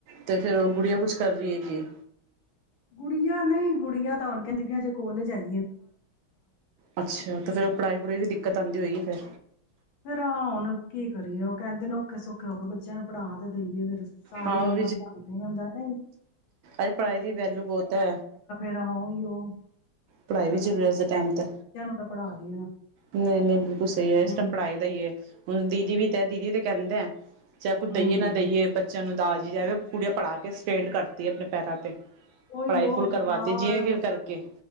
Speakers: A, on the right; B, on the left.
A: ਤੇ ਫੇਰ ਉਹ ਗੁਡੀਆਂ ਕੁੱਛ ਕਰ ਰਹੀ ਹੈ ਜੀ
B: ਕੁੜੀਆਂ ਨਹੀਂ ਗੁਡੀਆ ਤਾਂ ਹੁਣ ਕਹਿੰਦੀ ਪਈ ਆ ਹਜੇ <unintelligible>
A: ਅੱਛਾ ਤੇ ਫੇਰ ਉਹ ਪੜ੍ਹਾਈ ਪੜ੍ਹੂਈ ਦੀ ਦਿੱਕਤ ਆਉਂਦੀ ਹੋਈ ਗੀ ਫੇਰ
B: ਫਿਰ ਹ ਹੁਣ ਕੀ ਕਰੀਏ ਉਹ ਕਹਿੰਦੇ ਨੇ ਔਖੇ ਸੌਖੇ ਹੋ ਕੇ ਬੱਚਿਆਂ ਨੂੰ ਪੜ੍ਹਾ ਤਾਂ ਦੇਈਏ ਫਿਰ ਸਾਰੀ
A: ਹਾਂ ਉਹ
B: ਉਮਰ ਬੰਦ ਰੈਂਦਾ ਏ ਨਾ ਏ
A: ਇਹ ਪੜ੍ਹਾਈ ਦੀ ਵੈਲੂ ਬਹੁਤ ਹ
B: ਤਾ ਉਹੀ ਓ
A: ਪੜਾਈ ਵਿੱਚ ਵੈਸੇ ਟੈਮ ਤੇ
B: ਤਾਂ ਪੜ੍ਹਾ ਰਹੀ ਹੈ ਨਾ
A: ਨਹੀਂ ਨਹੀਂ ਬਿਲਕੁਲ ਸਹੀ ਹੈ ਇਸ ਟੈਮ
B: ਹੂੰ
A: ਪੜਾਈ ਦਾ ਹੀ ਐ ਦੀਦੀ ਵੀ ਤੇ ਦੀਦੀ ਤੇ ਕਹਿੰਦੇ ਆ ਚਾਹੇ ਕੋਈ
B: ਹੂੰ
A: ਦਏ ਨਾ ਦਈਏ ਬੱਚਿਆਂ ਨੂੰ ਦਾਰ ਜੀ ਕਹਰੇ ਕੁੜੀਆਂ ਪੜ੍ਹਾ ਕੇ ਸਟੇਂਡ ਕਰਤੀ ਆਪਣੇ ਪੈਰਾਂ ਤੇ
B: ਉਹੀ
A: ਪੜ੍ਹਾਈ
B: ਉਹ
A: ਫੁੱਲ ਕਰਵਾਤੀ
B: ਬਾਹਰ
A: ਜਿਵੇਂ ਤੀਵੇ ਕਰਕੇ